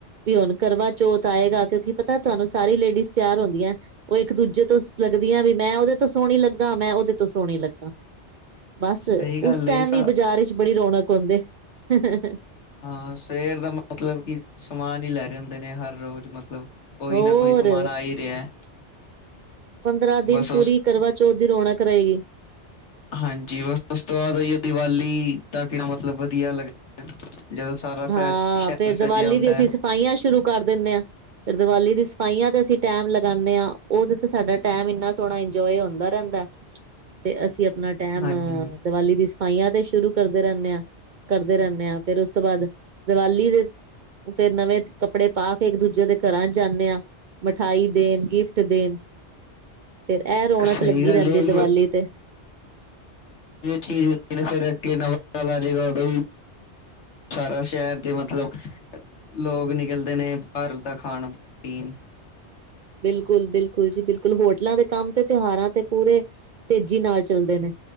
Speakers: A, on the right; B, on the left.
A: ਵੀ ਹੁਣ ਕਰਵਾ ਚੋਥ ਆਏਗਾ ਕਿਉਕਿ ਪਤਾ ਤੁਹਾਨੂੰ ਸਾਰੀ ਲੇਡੀਜ਼ ਤਿਆਰ ਹੁੰਦੀਆਂ। ਉਹ ਇਕ ਦੂਜੇ ਤੋਂ ਲੱਗਦੀਆਂ ਵੀ ਮੈ ਉਹਦੇ ਤੋਂ ਸੋਹਣੀ ਲਗਾ ਮੈਂ ਉਹਦੇ ਤੋਂ ਸੋਹਣੀ ਲਗਾ। ਬਸ
B: ਸਹੀ ਗੱਲ
A: ਉਸ ਟਾਈਮ
B: ਏ
A: ਵੀ
B: ਸਾ
A: ਬਜ਼ਾਰ ਵਿਚ ਬੜੀ ਰੌਣਕ ਹੁੰਦੀ -
B: ਹਾਂ ਸਵੇਰ ਦੇ ਮਤਲਬ ਕਿ ਸਮਾਨ ਹੀ ਲੈ ਰਹੇ ਹੁੰਦੇ ਨੇ ਹਰ ਰੋਜ਼ ਮਤਲਬ- ਕੋਈ
A: ਹੋਰ
B: ਨਾ ਕੋਈ ਸਮਾਨ ਆ ਹੀ ਰਿਹਾ।
A: ਪੰਦਰਾਂ ਦਿਨ
B: ਬਸ
A: ਪੂਰੀ
B: ਉਸ
A: ਕਰਵਾ ਚੌਥ ਦੀ ਰੌਣਕ ਰਹੇਗੀ।
B: ਹਾਂਜੀ ਬਸ ਉਸ ਤੋਂ ਬਾਅਦ ਈ ਦੀਵਾਲੀ ਤ ਕਿ ਮਤਲਬ ਵਧੀਆ ਲੱਗਦਾ ਜਦੋਂ- ਸਾਰਾ ਸਰ
A: ਹਾਂ
B: ਸ਼ਹਿਰ
A: ਫੇਰ
B: ਸੱਜਿਆ
A: ਦੀਵਾਲੀ
B: ਹੁੰਦਾ
A: ਦੀ ਅਸੀਂ
B: ਹੈ।
A: ਸਫਾਈਆਂ ਸ਼ੁਰੂ ਕਰ ਦਿੰਦੇ ਆ। ਫਿਰ ਦਿਵਾਲੀ ਦੀ ਸਫਾਈਆਂ 'ਤੇ ਅਸੀ ਟਾਈਮ ਲਗਾਉਦੇ ਹਾਂ। ਉਹਦੋ ਤੇ ਸਾਡਾ ਟਾਈਮ ਇਨਾ ਸੋਹਣਾ ਇੰਜੋਏ ਹੁੰਦਾ ਰਹਿਦਾ। ਤੇ ਅਸੀਂ ਆਪਣਾ ਟੈਮ-
B: ਹਾਂਜੀ
A: ਦੀਵਾਲੀ ਦੀ ਸਫਾਈਆਂ ਤੇ ਸ਼ੁਰੂ ਕਰਦੇ ਰਹਿਦੇ ਹਾਂ ਕਰਦੇ ਰਹਿਦੇ ਹਾਂ ਫੇਰ ਉਸ ਤੋਂ ਬਾਅਦ- ਦੀਵਾਲੀ ਦੇ ਫੇਰ ਨਵੇ ਕੱਪੜੇ ਪਾ ਕੇ, ਇਕ ਦੂਜੇ ਦੇ ਘਰਾਂ ਚ ਜਾਦੇ ਆ ਮਿਠਾਈ- ਦੇਣ, ਗਿਫਟ ਦੇਣ, ਫਿਰ ਇਹ ਰੌਣਕ
B: ਸਹੀ
A: ਲੱਗੀ
B: ਗੱਲ
A: ਰਹਿਦੀ
B: ਇਹ
A: ਦੀਵਾਲੀ
B: ਹੀ
A: ਤੇ-
B: ਚੀਜ਼ ਹੁੰਦੀ ਫਿਰ ਅਗੇ ਨਵ ਸਾਲ ਆ ਜੇਗਾ ਉਦੋ ਵੀ- ਸਾਰਾ ਸ਼ਹਿਰ ਦੇ ਮਤਲਬ- ਲੋਕ ਨਿਕਲਦੇ ਨੇ ਬਾਹਰ ਦਾ ਖਾਣ ਪੀਣ-
A: ਬਿਲਕੁਲ- ਬਿਲਕੁਲ ਜੀ ਬਿਲਕੁਲ ਹੋਟਲਾਂ ਦੇ ਕੰਮ ਤੇ ਤਿਉਹਾਰਾਂ ਤੇ ਪੂਰੇ- ਤੇਜ਼ੀ ਨਾਲ ਚੱਲਦੇ ਨੇ,